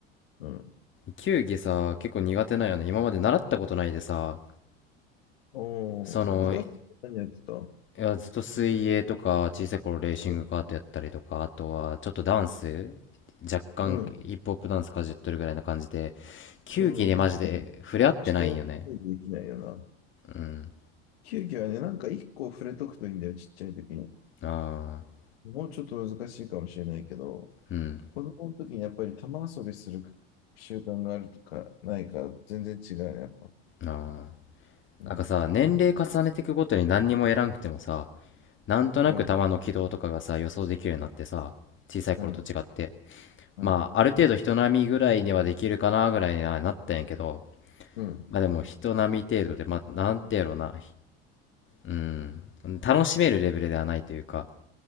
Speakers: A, on the left (about 80°); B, on the left (about 40°).
A: うん。
B: 球技さ、結構苦手なんよね。今まで習ったことないでさ、
A: おー、
B: その、
A: 部活何やってた
B: いや、ずっと水泳とか、小さい頃レーシングカートやったりとか、
A: う
B: あとはちょっとダンス、若干ヒップホップダンスかじっとるぐらいな感じで、
A: ん。
B: 球技でマジで触れ合ってないんよね。
A: うん、確かに。試験競技できないよな。
B: うん。
A: 球技はね、なんか1個触れとくといいんだよ、ちっちゃい時に。
B: ああ、
A: もうちょっと難しいかもしれないけど、
B: うん。
A: 子供の時にやっぱり玉遊びする習慣があるとかないから、全然違うね、やっぱ。
B: ああ。
A: うん、
B: なんかさ、年齢重ねていくごとに何にもやらんくてもさ、なんとなく球の軌道とかがさ、
A: うん、
B: 予想できるようになってさ、小さい頃と違って。
A: うん、うん、
B: まあ、ある程度人並みぐらいにはできるかなぐらいにはなったんやけど、
A: うん。
B: まあでも人並み程度で、まあ、なんてやろうな。うん、楽しめるレベルではないというか、